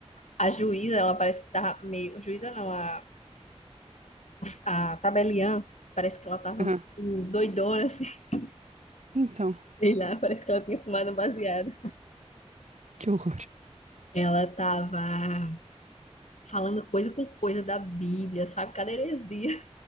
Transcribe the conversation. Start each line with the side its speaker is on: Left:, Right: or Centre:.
Left: a juíza, ela parece que tava meio. Juíza não, a A tabeliã, parece que ela tava
Right: uhum.
Left: hum, doidona, assim, <laughs>
Right: Então,
Left: sei lá, parece que ela tinha fumado um baseado.
Right: que horror.
Left: Ela tava falando coisa com coisa da Bíblia, sabe? Cada heresia.